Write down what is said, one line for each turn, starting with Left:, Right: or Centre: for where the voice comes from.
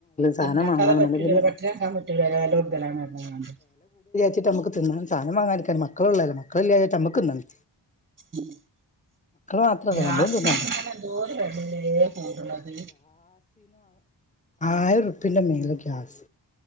Left: സാധനം
Right: ഇണ്ടാക്കാതെ
Left: വാങ്ങണന്നുണ്ടെ
Right: പറ്റൂലല്ലോ
Left: പിന്നെ
Right: പട്ടിണട്ക്കാൻ പറ്റൂലല്ലോ വെലകൂട്തലാണ് പറഞ്ഞ്കാണ്ട്
Left: ട്ട് ഞമക്ക് തിന്നണം സാനം വാങ്ങാതെക്കാനും മാ മക്കള് ള്ളല്ലെ മക്കളില്ലേച ഞമക്ന്നണ്ടെ
Right: ഉം
Left: മാത്രല്ല
Right: ഗ്യാസിനൊകെങ്ങനെ
Left: നമ്മളും തിന്നണ്ടേ
Right: എന്തോര് വെലെലേ കൂട്ണത്
Left: ആയിർപ്പ്യന്റെ മേലെ ഗ്യാസ്